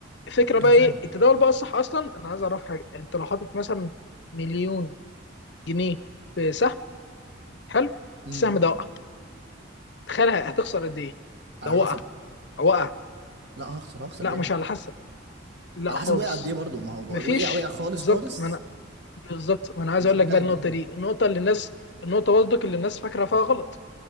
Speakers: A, on the left (about 55°); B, on the right (about 55°).
A: الفكره بقى
B: انا فاهم
A: ايه التداول بقى الصح اصلا انا عايز اعرف حاجه انت لو حاطط مثلا مليون جنيه في سهم حلو
B: امم
A: السهم ده وقع تخيل هتخسر قد ايه
B: على
A: ده وقع
B: حسب
A: وقع
B: لا هخسر هخسر
A: لا
B: جامد
A: مش على حسب لا
B: على
A: خالص
B: حسب وقع قد ايه برضه ما هو بق-
A: مفيش
B: وقع وقع خالص
A: بالظبط
B: خالص
A: ما انا بالظبط ما انا عايز
B: مش
A: اقول
B: هرجع
A: لك بقى
B: لك
A: النقطه
B: جنيه
A: دي النقطه اللي الناس النقطه برضك اللي الناس فاكره فيها غلط